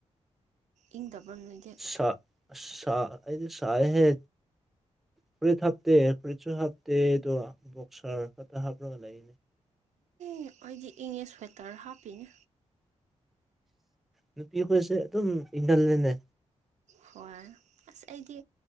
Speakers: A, on the right; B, in the centre.
A: ꯏꯪꯗꯕ꯭ꯔꯣ ꯅꯣꯏꯗꯤ
B: ꯁꯥ ꯁꯥ ꯑꯩꯗꯤ ꯁꯥꯌꯦꯍꯦ ꯐꯨꯔꯤꯠ ꯍꯥꯞꯇꯦ ꯐꯨꯔꯤꯠꯁꯨ ꯍꯥꯞꯇꯦ ꯑꯗꯣ ꯕꯣꯛꯁꯔ ꯈꯛꯇ ꯍꯥꯞꯂꯒ ꯂꯩꯅꯦ
A: ꯑ ꯑꯩꯗꯤ ꯏꯉꯦ ꯁ꯭ꯋꯦꯇꯔ ꯍꯥꯞꯄꯤꯅꯦ
B: ꯅꯨꯄꯤ ꯈꯣꯏꯁꯦ ꯑꯗꯨꯝ ꯏꯟꯒꯜꯅꯤꯅꯦ
A: ꯍꯣꯏ ꯑꯁ ꯑꯩꯗꯤ